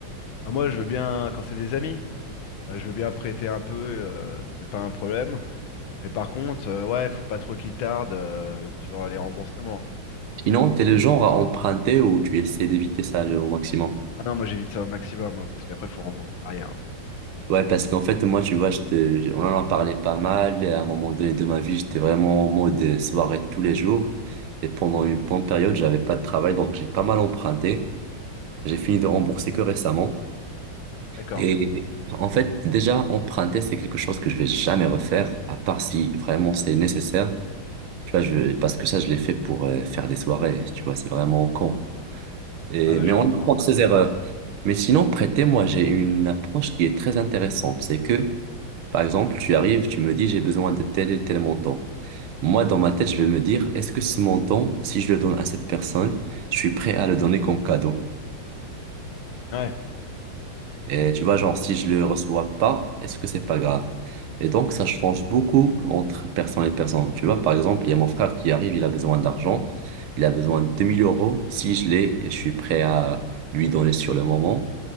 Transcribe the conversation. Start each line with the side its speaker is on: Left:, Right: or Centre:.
Left: Bah, moi, je veux bien, quand c'est des amis, euh, je veux bien prêter un peu, euh, c'est pas un problème. Mais par contre, euh, ouais, faut pas trop qu'ils tardent euh, sur euh, les remboursements, quoi.
Right: Sinon, t'es le genre à emprunter ou tu essaies d'éviter ça le- au maximum?
Left: Ah non, moi j'évite ça au maximum, hein, parce qu'après, faut rembourser derrière. hein.
Right: Ouais, parce qu'en fait, moi, tu vois, je te, je- on en a parlé pas mal. Et à un moment donné de ma vie, j'étais vraiment en mode euh, soirée tous les jours. Et pendant une bonne période, j'avais pas de travail, donc j'ai pas mal emprunté. J'ai fini de rembourser que récemment.
Left: D'accord.
Right: Et en fait, déjà, emprunter, c'est quelque chose que je vais jamais refaire, à part si vraiment c'est nécessaire. Tu vois, je, parce que ça, je l'ai fait pour euh, faire des soirées. Tu vois, c'est vraiment con. Et,
Left: Ah bah,
Right: mais
Left: je
Right: on
Left: comprends.
Right: apprend de ses erreurs. Mais sinon, prêter, moi, j'ai une approche qui est très intéressante. C'est que par exemple, tu arrives, tu me dis j'ai besoin de tel et tel montant. Moi, dans ma tête, je vais me dire, est-ce que ce montant, si je le donne à cette personne, je suis prêt à le donner comme cadeau?
Left: Ouais.
Right: Et tu vois, genre, si je le reçois pas, est-ce que c'est pas grave? Et donc, ça change beaucoup entre personne et personne. Tu vois, par exemple, il y a mon frère qui arrive, il a besoin d'argent, il a besoin de 2000 euros. Si je l'ai et je suis prêt à lui donner sur le moment,